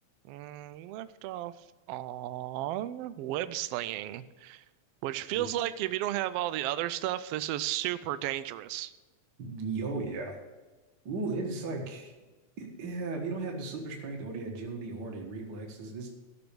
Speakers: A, on the right; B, on the right.
A: Mm, we left off on web slinging, which feels
B: Well,
A: like if you don't have all the other stuff, this is super dangerous.
B: yo, yeah. Ooh, it's like, yeah, if you don't have the super strength or the agility or the reflexes, it's